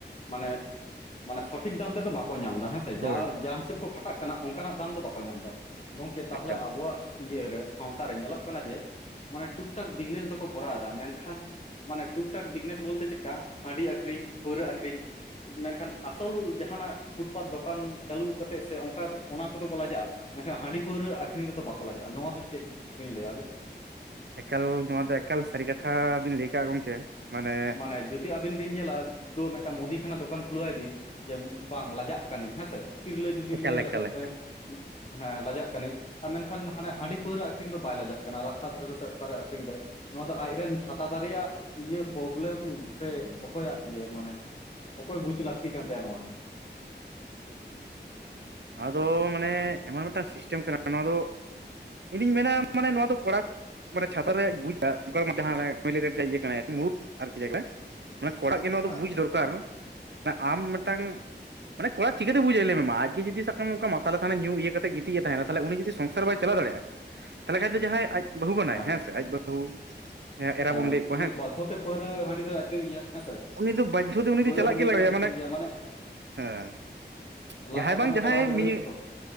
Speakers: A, on the left; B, on the right.
A: ᱢᱟᱱᱮ ᱢᱟᱱᱮ ᱥᱚᱴᱷᱤᱠ ᱫᱟᱢ ᱛᱮᱫᱚ ᱵᱟᱠᱚ ᱧᱟᱢ ᱫᱟ ᱦᱮᱸ
B: ᱦᱳᱭ
A: ᱡᱟ ᱡᱟ ᱦᱤᱥᱟᱹᱵ ᱠᱚ ᱠᱷᱟᱴᱟᱜ ᱠᱟᱱᱟ ᱚᱱᱠᱟᱱᱟᱜ ᱫᱟᱢ ᱫᱚ ᱵᱟᱠᱚ ᱧᱟᱢ ᱫᱟ ᱜᱚᱝᱠᱮ ᱛᱟᱦᱚᱞᱮ
B: ᱮᱠᱟᱞ
A: ᱟᱵᱚᱣᱟᱜ ᱤᱭᱟᱹᱨᱮ ᱥᱟᱶᱛᱟ ᱨᱮ ᱧᱮᱞᱚᱜ ᱠᱟᱱᱟ ᱡᱮ ᱢᱟᱱᱮ ᱴᱩᱠ ᱴᱟᱠ ᱵᱤᱜᱽᱱᱮᱥ ᱫᱚᱠᱚ ᱠᱚᱨᱟᱣ ᱫᱟ ᱢᱮᱱᱠᱷᱟᱱ ᱢᱟᱱᱮ ᱴᱩᱠ ᱴᱟᱠ ᱵᱤᱜᱽᱱᱮᱥ ᱵᱳᱞᱛᱮ ᱪᱮᱜ ᱠᱟ ᱦᱟᱺᱰᱤ ᱟᱠᱷᱨᱤᱧ ᱯᱟᱹᱣᱨᱟᱹ ᱟᱠᱷᱨᱤᱧ, ᱢᱮᱱᱠᱷᱟᱱ ᱟᱥᱚᱞ ᱡᱟᱦᱟᱱᱟᱜ ᱯᱷᱩᱴᱯᱟᱛ ᱫᱚᱠᱟᱱ ᱪᱟᱹᱞᱩ ᱠᱟᱛᱮᱜ ᱥᱮ ᱚᱝᱠᱟ ᱚᱱᱟ ᱠᱚᱫᱚ ᱠᱚ ᱞᱟᱡᱟᱜ-ᱟ, ᱢᱮᱱᱠᱷᱟᱱ ᱦᱟᱺᱰᱤ ᱯᱟᱹᱣᱨᱟᱹ ᱟᱹᱠᱷᱨᱤᱧ ᱨᱮᱫᱚ ᱵᱟᱠᱚ ᱞᱟᱡᱟᱜ-ᱟ, ᱱᱚᱣᱟ ᱫᱚ ᱪᱮᱫ ᱵᱤᱱ ᱞᱟᱹᱭᱟ ᱟᱹᱵᱤᱱ?
B: ᱮᱠᱟᱞ ᱱᱚᱣᱟ ᱫᱚ ᱮᱠᱟᱞ ᱥᱟᱹᱨᱤ ᱠᱟᱛᱷᱟ ᱵᱤᱱ ᱞᱟᱹᱭ ᱠᱟᱸᱜ ᱜᱚᱝᱠᱮ ᱢᱟᱱᱮ
A: ᱢᱟᱱᱮ ᱡᱩᱫᱤ ᱟᱵᱤᱱ ᱵᱤᱱ ᱧᱮᱞᱟ ᱫᱳ ᱢᱤᱫ ᱴᱟᱝ ᱢᱩᱫᱤ ᱠᱷᱟᱱᱟ ᱫᱚᱠᱟᱱ ᱠᱷᱩᱞᱟᱹᱣᱟᱭ ᱵᱤᱱ ᱡᱮ ᱵᱟᱝ ᱞᱟᱡᱟᱜ ᱠᱟᱹᱱᱟᱹᱧ ᱦᱮᱸᱥᱮ ᱛᱤᱨᱞᱟᱹ ᱡᱩᱫᱤ
B: ᱮᱠᱟᱞ
A: ᱞᱟᱹᱭᱟᱭ
B: ᱮᱠᱟᱞ
A: ᱞᱟᱡᱟᱜ ᱠᱟᱹᱱᱟᱹᱧ
B: ᱮᱠᱟᱞ
A: ᱦᱮᱸ ᱞᱟᱡᱟᱜ ᱠᱟᱹᱱᱟᱹᱧ ᱟᱨ ᱢᱮᱱᱠᱷᱟᱱ ᱦᱟᱱ ᱦᱟᱺᱰᱤ ᱯᱟᱹᱣᱨᱟᱹ ᱟᱠᱷᱨᱤᱧ ᱫᱚ ᱵᱟᱭ ᱞᱟᱡᱟᱜ ᱠᱟᱱᱟ ᱨᱟᱥᱛᱟ ᱫᱷᱟᱨᱮ ᱨᱮ ᱚᱠᱟᱨᱮ ᱟᱠᱷᱨᱤᱧ ᱫᱟᱭ ᱱᱚᱣᱟ ᱫᱚ ᱟᱡᱨᱮᱱ ᱪᱷᱟᱛᱟ ᱫᱟᱨᱮᱭᱟᱜ ᱤᱭᱟᱹ ᱯᱚ ᱯᱨᱞᱮᱢ ᱥᱮ ᱚᱠᱚᱭᱟᱜ ᱤᱭᱟᱹ ᱢᱟᱱᱮ ᱚᱠᱚᱭ ᱵᱩᱡ ᱞᱟᱹᱠᱛᱤ ᱠᱟᱱ ᱛᱟᱭᱟ ᱱᱚᱣᱟ?
B: ᱱᱚᱣᱟ ᱫᱚ ᱢᱟᱱᱮ ᱮᱢᱚᱱ ᱢᱤᱫ ᱴᱟᱝ ᱥᱤᱥᱴᱮᱢ ᱠᱟᱱᱟ ᱱᱚᱣᱟ ᱫᱚ ᱤᱧᱫᱩᱧ ᱢᱮᱱᱟ ᱢᱟᱱᱮ ᱱᱚᱣᱟ ᱫᱚ ᱠᱚᱲᱟ ᱢᱟᱱᱮ ᱪᱷᱟᱛᱟ ᱨᱮᱭ ᱵᱩᱡᱟ <unintelligible> ᱤᱭᱟᱹ ᱠᱟᱱᱟᱫ ᱟᱨᱠᱤ <inaudible> ᱠᱚᱲᱟ ᱟᱜ ᱜᱮ ᱱᱚᱣᱟ
A: ᱦᱮᱸ
B: ᱫᱚ ᱵᱩᱡ ᱫᱚᱨᱠᱟᱨ᱾
A: ᱦᱮᱸ
B: ᱟᱢ ᱢᱮᱫᱴᱟᱝ ᱢᱟᱱᱮ ᱠᱚᱲᱟ ᱪᱤᱠᱟᱹᱛᱮ ᱵᱩᱡᱟᱭ ᱞᱮᱭᱢᱮ ᱢᱟ ᱟᱡ ᱜᱮ ᱡᱩᱫᱤ ᱥᱟᱵ ᱠᱟᱜ ᱢᱮ ᱚᱝᱠᱟ ᱢᱟᱛᱟᱞᱮ ᱛᱟᱸᱦᱮᱱᱟ ᱧᱩ ᱤᱭᱟᱹ ᱠᱟᱛᱮ ᱜᱤᱛᱤᱡ ᱮ ᱛᱟᱦᱮᱱᱟ ᱛᱟᱦᱚᱞᱮ ᱩᱱᱤ ᱡᱩᱫᱤ ᱥᱚᱝᱥᱟᱨ ᱵᱟᱭ ᱪᱟᱞᱟᱣ ᱫᱟᱲᱮᱭᱟᱜᱼᱟ ᱛᱟᱦᱚᱞᱮ ᱠᱷᱟᱡ ᱫᱚ ᱡᱟᱦᱟᱸᱭ ᱟᱡ ᱵᱟᱹᱦᱩ ᱠᱟᱱᱟᱭ
A: ᱦᱮᱸ
B: ᱦᱮᱸᱥᱮ ᱟᱡ ᱵᱟᱹᱦᱩ ᱡᱟᱦᱟᱸᱭ ᱮᱨᱟ
A: ᱦᱮᱸ
B: ᱵᱚᱱ ᱞᱟᱹᱭᱮᱫ ᱠᱚᱣᱟ
A: ᱩᱱᱤ ᱫᱚ ᱵᱟᱫᱽᱫᱷᱚᱛᱮ ᱯᱟᱹᱣᱨᱟᱹ ᱦᱟᱺᱰᱤ ᱫᱚᱭ ᱟᱠᱷᱨᱤᱧ ᱜᱮᱭᱟ ᱦᱮᱸ ᱥᱮ
B: ᱩᱱᱤ ᱫᱚ ᱵᱟᱫᱽᱫᱷᱚ ᱛᱮ ᱩᱱᱤ ᱫᱚ
A: ᱯᱟᱹᱣᱨᱟᱹ
B: ᱪᱟᱞᱟᱜ
A: ᱦᱟᱺᱰᱤ
B: ᱜᱮ ᱞᱟᱜᱟᱣᱮᱭᱟ
A: ᱫᱚᱭ ᱟᱠᱷᱨᱤᱧ ᱜᱮᱭᱟ ᱢᱟᱱᱮ
B: ᱦᱮᱸ
A: ᱞᱟᱡ
B: ᱡᱟᱦᱟᱸᱭ
A: ᱫᱟᱠᱟ
B: ᱵᱟᱝ
A: ᱢᱟ
B: ᱡᱟᱦᱟᱸᱭ
A: ᱪᱟᱞᱟᱣ ᱜᱮ
B: ᱱᱤᱭᱟᱹ
A: ᱦᱩᱭᱩᱜᱼᱟ ᱛᱚ